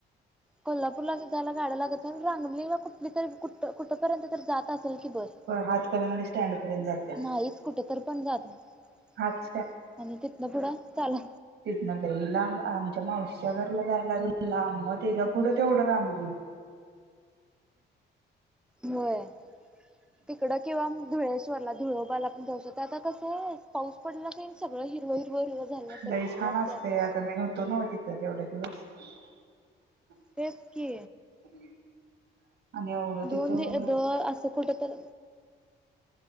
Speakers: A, in the centre; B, on the right.
A: कोल्हापूरला जायला गाड्या लागत नाही सांगलीला कुठली तरी कुठ कुठपर्यंत तरी जात अस की बस
B: हातकणंगले स्टँड पर्यंत जात्या.
A: नाहीच कुठे तर पण जात ना
B: हात
A: आणि तिथलं पुढं चाला.
B: तितन लई लांब आमच्या मावशिच्या घरला जायला लागून लांब. तेज्या पुढ तेवढं रामलिंग.
A: होय, तिकड किंवा धुळेसवरला धुळोबाला जाऊ शकतो. आता कसं आहे. पाऊस पडला काही सगळं हिरवं हिरव हिरव झालं अस
B: लई
A: भारी
B: छान
A: वाटतयं
B: असतंय
A: अगं.
B: आता मी होतो नव्ह तिथं <unintelligible>
A: तेच की.
B: <unintelligible>
A: दोन
B: तिथं
A: दि अ दर अ असं कुठं तर.